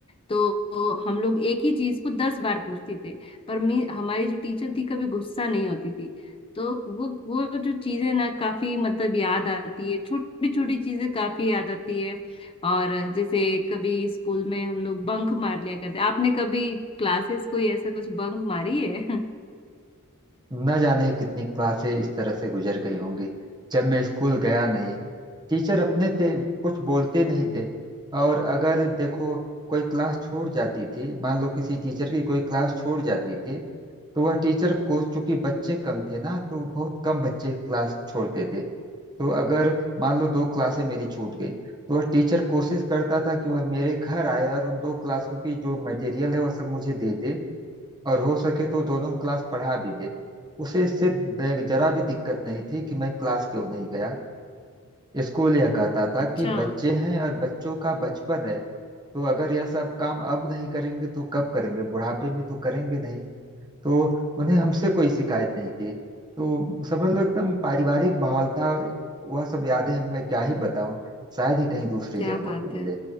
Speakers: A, on the left; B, on the right.
A: तो तो हम लोग एक ही चीज को दस बार पूछते थे पर मी हमारी जो टीचर थी कभी गुस्सा नहीं होती थी तो वो वो जो चीजें ना काफी मतलब याद आती है छोटी छोटी चीजें काफी याद आती है और जैसे कभी स्कूल में हम लोग बंक मार लिया करते आपने कभी क्लासेस कोई ऐसा कुछ बंक मारी है <laughs>
B: न जाने कितनी क्लासें इस तरह से गुजर गई होंगी जब मैं स्कूल गया नहीं टीचर अपने थे कुछ बोलते नहीं थे और अगर देखो कोई क्लास छूट जाती थी मान लो किसी टीचर की कोई क्लास छूट जाती थी तो वह टीचर को चूंकि बच्चे कम थे ना तो बहुत कम बच्चे क्लास छोड़ते थे तो अगर मान लो दो क्लासें मेरी छूट गई तो वह टीचर कोशिश करता था कि वह मेरे घर आए और उन दो क्लासों की जो मटेरियल है वह सब मुझे दे दे और हो सके तो दोनों क्लास पढ़ा भी दे उसे इससे द- जरा भी दिक्कत नहीं थी कि मैं क्लास क्यों नहीं गया स्कूल यह कहता था
A: अच्छा
B: कि बच्चे हैं और बच्चों का बचपन है तो अगर यह सब काम अब नहीं करेंगे तो कब करेंगे बुढ़ापे में तो करेंगे नहीं तो उन्हें हमसे कोई शिकायत नहीं थी तो समझ लो एकदम पारिवारिक माहौल था और वह सब यादें हम मैं क्या ही बताऊं शायद ही कहीं दूसरी
A: क्या
B: जगहों
A: बात
B: पे मिले
A: है